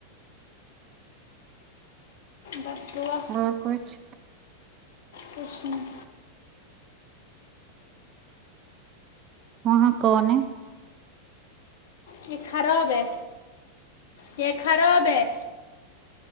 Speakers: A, on the left; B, on the right.
A: بس ہوا
B: اور کچھ
A: کچھ نہیں
B: وہاں کون ہے
A: یہ خراب ہے یہ خراب ہے